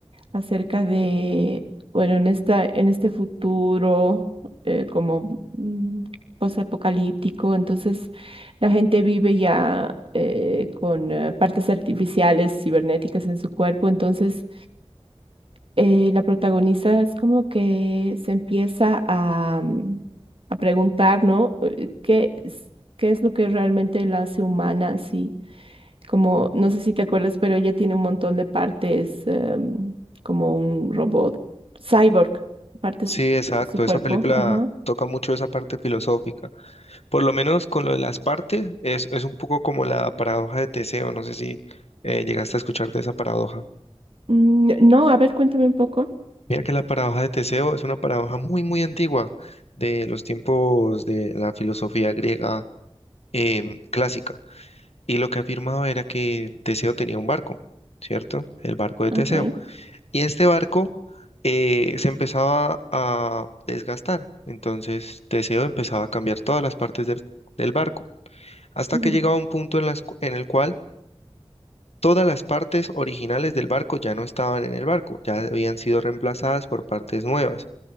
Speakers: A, on the right (about 60°); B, on the left (about 75°).
A: acerca de, bueno, en esta, en este futuro eh, como mm, posapocalíptico, entonces la gente vive ya eh, con eh, partes artificiales, cibernéticas en su cuerpo, entonces eh, la protagonista es como que se empieza a, mm, a preguntar, ¿no? Eh, ¿Qué, es- qué es lo que realmente la hace humana? Sí, como, no sé si te acuerdas, pero ella tiene un montón de partes, em, como un robot, cyborg, partes
B: Sí, exacto,
A: de su cuerpo,
B: esa película
A: ajá.
B: toca mucho esa parte filosófica. Por lo menos con lo de las partes, es, es un poco como la paradoja de Teseo. No sé si eh, llegaste a escuchar de esa paradoja.
A: Mm, No, a ver, cuéntame un poco.
B: Mira que la paradoja de Teseo es una paradoja muy, muy antigua de los tiempos de la filosofía griega em, clásica. Y lo que afirmaba era que Teseo tenía un barco, ¿cierto? El barco de
A: Ok.
B: Teseo. Y este barco eh, se empezaba a desgastar. Entonces Teseo empezaba a cambiar todas las partes del del barco hasta
A: Ujú.
B: que llegaba un punto en, las cu- en el cual Todas las partes originales del barco ya no estaban en el barco, ya habían sido reemplazadas por partes nuevas.